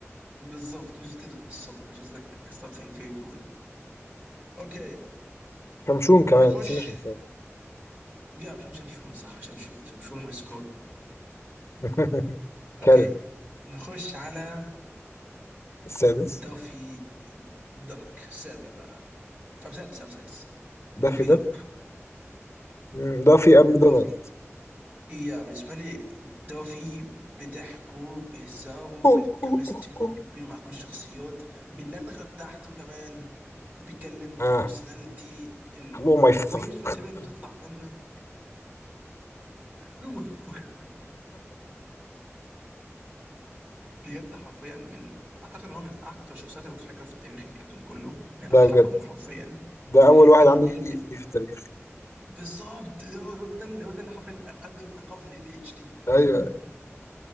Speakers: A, on the right; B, on the left.
A: بالظبط ميمز ماتيريال الصبح which is like something very cool اوكي
B: شمشون كمان
A: نخش
B: نسينا شمشون
A: لا مش مش شمشون صح شمشون شمشون وهيز
B: <laughs>
A: اوكي
B: كارين
A: نخش على
B: السادس
A: دافي دوك سابع بقى او سادس او سادس
B: دافي
A: دافي
B: ده
A: دوك
B: مم، دافي قبل دونالد
A: دافي يا بالنسبة لي دافي بضحكه بهزاره
B: <laughs>
A: بالكيمستري بينه مع كل الشخصيات باللدغة بتاعته كمان بيتكلم
B: اه
A: بيرسوناليتي
B: حبوب ما يفخ
A: الميمز والتبين
B: <laughs>
A: اللي بتطلع منه <laughs> المتفق بجد حرفيا من اعتقد ان هو من اكتر الشخصيات المضحكه في تاريخ الكرتون كله من اضحكهم
B: ده بجد
A: حرفيا
B: ده أول واحد
A: ال
B: عنده
A: ال
B: اي دي اتش دي في التاريخ
A: بالظبط ده هو هو ده اللي هو ده اللي حرفيا اقدم ثقافه الاي دي اتش دي
B: أيوه